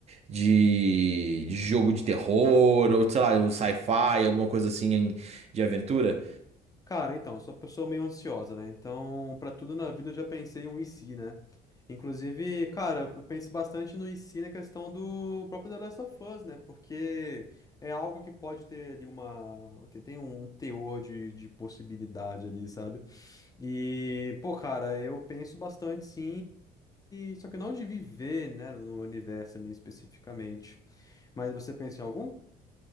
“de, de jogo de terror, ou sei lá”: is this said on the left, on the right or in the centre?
Right